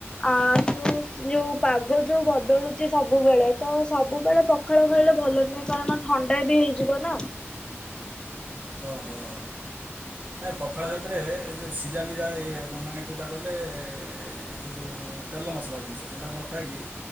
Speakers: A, on the left; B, on the right.
A: ଆ ଯୋଉ ଯୋଉ ପାଗ ଯୋଉ ବଦଳୁଚି ସବୁବେଳେ ତ ସବୁବେଳେ ପଖାଳ ଖାଇଲେ ଭଲ ନୁହେଁ। କାରଣ ଥଣ୍ଡା ବି ହେଇଯିବ ନା।
B: ଓହୋ। ନାହିଁ ପଖାଳ ସାଥିରେ ଏ ଯୋଉ ସିଝାମିଜା ଏ ମାନେ କୋଉଟା କହିଲେ ସେ ଯଉ ତେଲ ମସଲା ଜିନିଷ, ହେଟା ନ ଖାଇକି